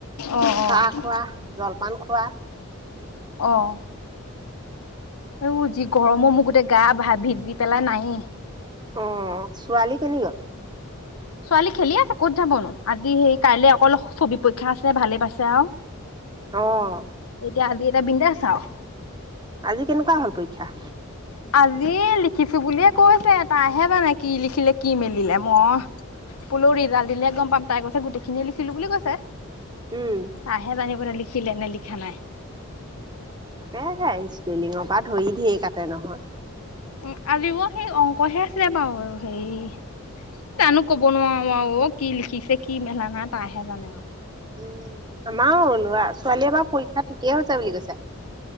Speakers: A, on the left; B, on the right.
A: অ অ
B: চাহ খোৱা জলপান খোৱা
A: অহ আঐ যি গৰমৰ মোৰ গোটেই গা ভা ভি ভিজি পেলাই নাই
B: অ ছোৱালী কেনি গ'ল
A: ছোৱালী খেলি আছে ক'ত যাবনো আজি সেই কাইলে অকল ছবি পৰীক্ষা আছে ভালেই পাইছে আও
B: অ'
A: এতিয়া আজি এতিয়া বিন্দাছ আও
B: আজি কেনেকুৱা হ'ল পৰীক্ষা
A: আজি লিখিছো বুলিয়ে কৈছে তাইহে জানে কি লিখিলে কি মেলিলে মই বোলো ৰিজাল্ট দিলে গম পাম তাই কৈছে গোটেইখিনি লিখিলো বুলি কৈছে
B: উম
A: তাইহে জানিব লিখিলে নে লিখা নাই
B: তাকে আকৌ ইস্পিঙৰ অ পা ধৰি ধেই কাটে নহয়।
A: উ আজিব সেই অংকহে আছিলে বাৰু হেই জানো ক'ব নোৱাৰো আৰু কি লিখিছে কি মেলা নাই তাহে জানে আওঁ।
B: উম আমাৰো লৰা ছোৱালীয়ে এবাৰ পৰীক্ষা ঠিকেই হৈছে বুলি কৈছে।